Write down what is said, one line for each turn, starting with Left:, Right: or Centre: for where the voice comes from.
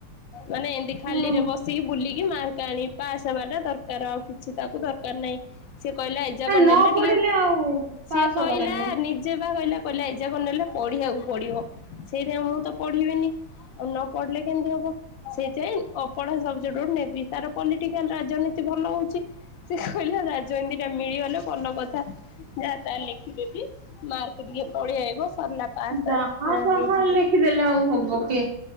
Left: ମାନେ ଏମତି ଖାଲିରେ
Right: ହୁଁ
Left: ବସିକି ବୁଲିକି ମାର୍କ ଆଣି ପାସ ହେବା ଟା ଦରକାର ଆଉ କିଛି ତାକୁ ଦରକାର ନାହିଁ। ସିଏ କହିଲା ଏଜାଗ
Right: ନା ନ
Left: ନେଲେ
Right: ପଢିଲେ
Left: ଟିକେ
Right: ଆଉ
Left: ସିଏ
Right: ପାସ୍
Left: କହିଲା
Right: ହବ କେମିତି?
Left: ନି ସିଏବା କହିଲା କହିଲା ଏଯାକ ନେଲେ ପଢିବାକୁ ପଡିବ ସେଇଟା ମୁଁ ତ ପଢିବିନି ଆଉ ନ ପଢିଲେ କେମିତି ହବ। ସେଇଥିପାଇଁ ଅପଢା ସବଜେଟ ଗୋଟେ ନେବି ତାର ପଲିଟିକାଲ ରାଜନୀତି ଭଲ ହଉଛି। ସେ କହିଲା ରାଜନିନ୍ଦୀ ଟା ମିଳିଗଲେ ଭଲ କଥା ଯାହା ତା ଲେଖିଦେବି। ମାର୍କ ଟିକେ ପଳେଇ ଆଇବ ସରିଲା ପାସ୍
Right: ଯାହା
Left: ପାସ୍ ଏ
Right: ଯାହା
Left: ହେଇଯିବି।
Right: ଲେଖିଦେଲେ ଆଉ ହବ କିଏ